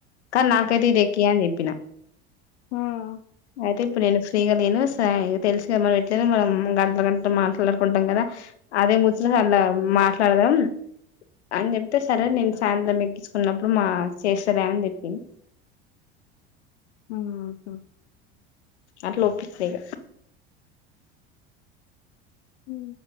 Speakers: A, on the left; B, on the left.
A: కానీ నాకైతే ఇది ఎకియని చెప్పిన.
B: మ్మ్
A: ఐతిప్పుడ్ నేను ఫ్రీగా లేను స తెలుసు కదా మనం ఎట్లయిన మనం గంటల్ గంటలు మాట్లాడుకుంటాం కదా అదే ముచట్ సలా మాట్లాడదాం అని చెప్తే సరే నేను సాయంత్రం ఎక్కించుకున్నప్పుడు మా చేస్తలే అని చెప్పింది
B: ఆహ
A: అట్లా ఒప్పిస్త ఇగ
B: ఊ